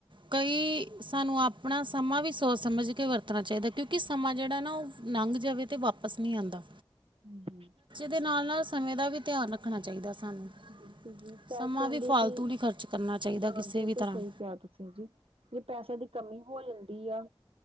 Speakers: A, on the right (about 60°); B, on the right (about 80°).
A: ਕਈ ਸਾਨੂੰ ਆਪਣਾ ਸਮਾਂ ਵੀ ਸੋਚ ਸਮਝ ਕੇ ਵਰਤਣਾ ਚਾਹੀਦਾ ਕਿਉਂਕਿ ਸਮਾਂ ਜਿਹੜਾ ਨਾ ਉਹ ਨਾੰਘ ਜਾਵੇ ਤੇ ਵਾਪਸ ਨਹੀਂ ਆਂਦਾ
B: ਹੂ ਹੂ
A: ਦੇ ਨਾਲ ਨਾਲ ਸਮਯ ਦਾ ਵੀ ਧਿਆਨ ਰੱਖਣਾ ਚਾਹੀਦਾ ਸਾਨੂੰ
B: ਬਿਲਕੁਲ ਜੀ ਪੈਸਿਆਂ
A: ਸਮਾਂ
B: ਦੀ
A: ਫਾਲਤੂ
B: ਵੀ,
A: ਨਹੀਂ ਖਰਚ ਕਰਨਾ ਚਾਹੀਦਾ
B: ਹਾਂ
A: ਕਿਸੇ
B: ਬਿਲਕੁਲ
A: ਵੀ ਤਰ੍ਹਾਂ
B: ਸਹੀ ਕਿਆ ਤੁਸੀਂ ਜੀ ਜੇ ਪੈਸੇਆਂ ਦੀ ਕਮੀ ਹੋ ਜਾਂਦੀ ਆ